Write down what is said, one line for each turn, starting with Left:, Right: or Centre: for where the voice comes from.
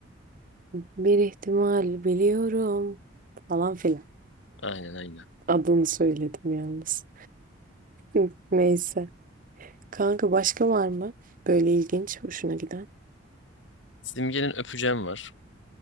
Right: Bir ihtimal biliyorum. Falan filan.
Left: aynen aynen.
Right: Adını söyledim yalnız. Hı, Neyse. Kanka başka var mı? Böyle ilginç, hoşuna giden.
Left: Simge'nin öpeceğim var,